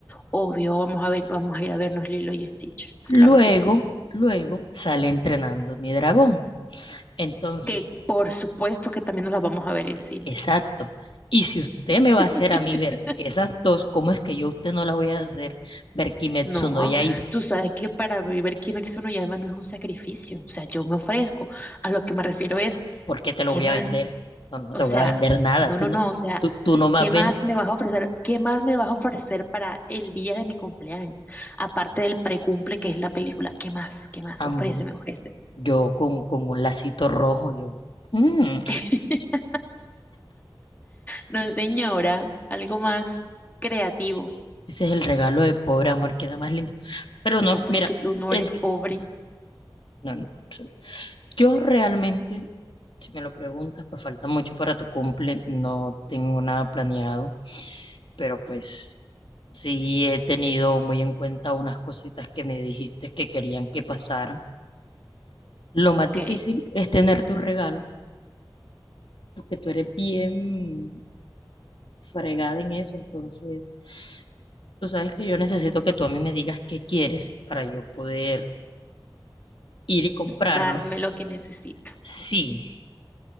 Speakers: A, on the left; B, on the left.
A: Obvio, vamos a ver, vamos a ir a vernos Lilo y Stitch.
B: Luego,
A: Claro que sí.
B: luego sale entrenando mi dragón. Entonces,
A: Que por supuesto que también nos las vamos a ver en cine.
B: exacto. Y si usted me va
A: <laughs>
B: a hacer a mí ver esas dos, ¿cómo es que yo a usted no la voy a hacer ver Kimetsu
A: No,
B: no Yaiba?
A: tú sabes que para vivir Kimetsu no Yaiba no es un sacrificio. O sea, yo me ofrezco. A lo que me refiero es,
B: ¿Por qué te lo
A: ¿qué
B: voy
A: más?
B: a vender? No, no
A: O
B: te
A: sea,
B: voy a vender nada.
A: no,
B: Tú
A: no,
B: no,
A: no. O sea,
B: tú, tú no más
A: ¿qué
B: vendes.
A: más me vas a ofrecer? ¿Qué más me vas a ofrecer para el día de mi cumpleaños? Aparte del precumple que es la película. ¿Qué más? ¿Qué más?
B: Amor,
A: Ofrece, me ofrece.
B: yo con, con un lacito rojo, yo. mm,
A: <laughs> No, señora, algo más creativo.
B: Ese es el regalo de pobre amor, queda más lindo. Pero no,
A: No, pero
B: mira,
A: es que tú no
B: es
A: eres
B: que,
A: pobre.
B: no, no. Yo realmente, si me lo preguntas, pues falta mucho para tu cumple, no tengo nada planeado, pero pues sí he tenido muy en cuenta unas cositas que me dijiste que querían que pasaran. Lo más
A: Ok,
B: difícil es tener tu regalo, porque tú eres bien fregada en eso, entonces tú sabes que yo necesito que tú a mí me digas qué quieres para yo poder ir y comprarlo.
A: darme lo que necesito.
B: Sí,